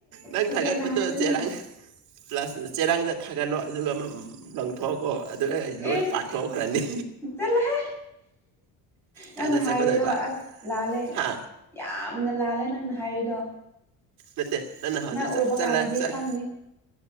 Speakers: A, on the right (about 70°); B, in the centre.
A: ꯅꯪ
B: ꯇꯁꯦꯡꯅ
A: ꯊꯒꯠꯄꯥꯗꯤ
B: ꯍꯥꯏꯕꯅꯦ
A: ꯆꯦꯔꯪ ꯄ꯭ꯂꯁ ꯆꯦꯔꯪꯗ ꯊꯥꯒꯠꯂꯣ ꯑꯗꯨꯒ ꯃꯝ ꯂꯪꯊꯣꯛꯈꯣ ꯑꯗꯨꯒ ꯑ
B: ꯏꯁ
A: ꯂꯣꯏ ꯄꯥꯏꯊꯣꯛꯈ꯭ꯔꯅꯤ
B: ꯆꯠꯂꯣꯍꯦ ꯅꯪꯅ
A: ꯀꯥꯏꯗ
B: ꯍꯥꯏꯔꯤꯗꯣ
A: ꯆꯠꯀꯗꯣꯏꯕ
B: ꯑꯁ ꯂꯥꯜꯂꯦ
A: ꯍꯥ
B: ꯌꯥꯝꯅ ꯂꯥꯜꯂꯦ ꯅꯪꯅ ꯍꯥꯏꯔꯤꯗꯣ
A: ꯅꯠꯇꯦ ꯅꯪꯅ ꯍꯧꯖꯤꯛ
B: ꯅꯪ
A: ꯆ
B: ꯎꯕ
A: ꯆꯠꯂꯦ
B: ꯀꯥꯟꯗꯗꯤ
A: ꯆꯠꯂꯦ
B: ꯈꯪꯅꯤ